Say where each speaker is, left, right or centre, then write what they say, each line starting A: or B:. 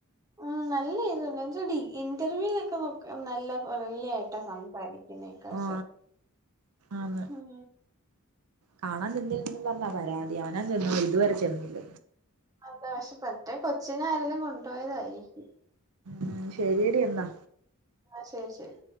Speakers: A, on the right (about 15°); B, on the right (about 80°).
A: ഉം നല്ല ഇതുണ്ട് ന്ന്ച്ചാ ഇന്റർവ്യൂലൊക്കെ നല്ല ഫ്രണ്ട്‌ലി ആയിട്ടാ സംസാരി പിന്നെ കാശ്
B: ആ ആന്ന്
A: ഉം
B: കാണാൻ ചെന്നില്ലന്ന് പറഞ്ഞാ പരാതി അവനാ ചെന്ന ഇതുവരെ ചെന്നില്ല
A: അതാ പക്ഷെ മറ്റേ കൊച്ചിനെ ആരെലും കൊണ്ടോയതായിരിക്കും
B: ഉം ശരിയടി എന്നാ
A: ആ ശരി ശരി